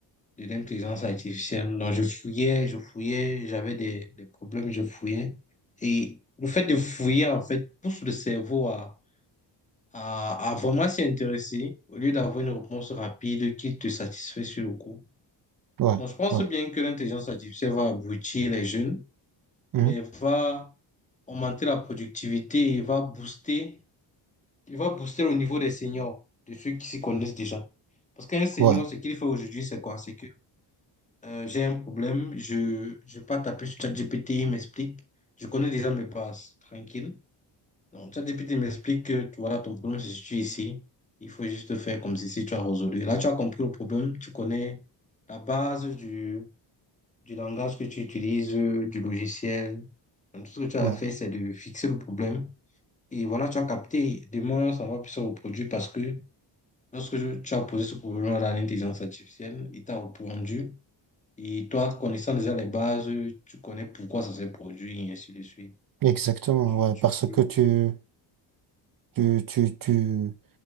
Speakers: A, on the left; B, on the right.
A: de l'intelligence artificielle. Donc, je fouillais, je fouillais, j'avais des, des problèmes, je fouillais. Et le fait de fouiller, en fait, pousse le cerveau à à, à vraiment s'y intéresser au lieu d'avoir une réponse rapide qui te satisfait sur le coup.
B: ouais,
A: Bon, je pense
B: ouais.
A: bien que l'intelligence artificielle va aboutir les jeunes,
B: Mhm,
A: mais va augmenter la productivité et va booster, il va booster le niveau des seniors, de ceux qui s'y connaissent déjà. Parce qu'un senior,
B: ouais.
A: ce qu'il fait aujourd'hui, c'est quoi? C'est que euh, j'ai un problème, je ne vais pas taper sur ChatGPT, il m'explique. Je connais déjà mes bases, tranquille. Donc, ChatGPT m'explique que tu- voilà, ton problème se situe ici. Il faut juste faire comme si si tu as résolu. Là, tu as compris le problème, tu connais la base du, du langage que tu utilises, euh, du logiciel. Donc, tout ce que tu as
B: Ouais,
A: fait, c'est de fixer le problème. Et voilà, tu as capté. Demain, ça va plus se reproduire parce que lorsque je- tu as posé ce problème à l'intelligence artificielle, il t'a répondu. Et toi, connaissant déjà les bases, tu connais pourquoi ça s'est produit, et ainsi de suite.
B: exactement,
A: Tu,
B: ouais,
A: tu
B: parce
A: peux.
B: que tu, tu, tu, tu...